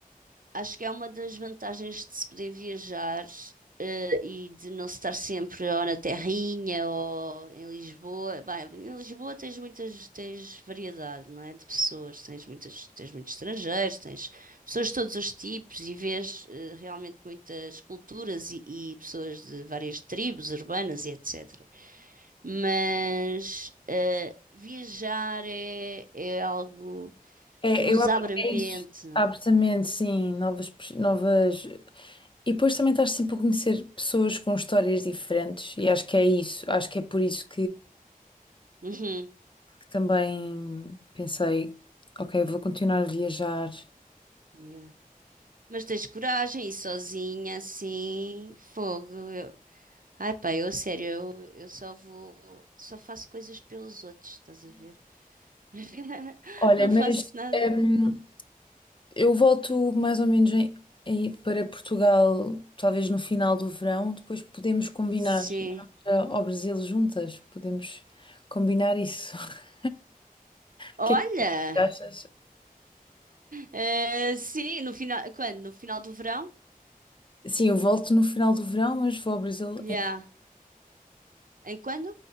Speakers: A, on the right; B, on the left.
A: Acho que é uma das vantagens de se poder viajar, eh, e de não se estar sempre ou na Terrinha ou em Lisboa. Bem, em Lisboa tens muitas, tens variedade, não é? De pessoas, tens muitas, tens muitos estrangeiros, tens pessoas de todos os tipos e vês, eh, realmente muitas culturas e, e pessoas de várias tribos urbanas e etc. Mas eh, viajar é, é algo
B: É,
A: que nos
B: eu abro,
A: abre a mente.
B: é isso.
A: não
B: Abro
A: é?
B: também, sim, novas, pers- novas. E depois também estás sempre a conhecer pessoas com histórias diferentes, e acho que é isso, acho que é por isso
A: Uhum.
B: que também pensei, ok, vou continuar a viajar.
A: Yeah. Mas tens coragem, e sozinha, assim, fogo. eu- Ai pá, eu a sério, eu, eu só vou, só faço coisas pelos outros, estás a ver? <laughs>
B: Olha,
A: Não
B: mas
A: faço nada por
B: hum,
A: mim.
B: eu volto mais ou menos em- aí para Portugal, talvez no final do verão, depois podemos combinar
A: Sim.
B: e vamos a- ao Brasil juntas, podemos combinar isso. <laughs>
A: Olha!
B: O que é que tu achas?
A: eh, sim, no final, quando? No final do verão?
B: Sim, eu volto no final do verão, mas vou ao Brasil
A: Já.
B: em
A: Em quando?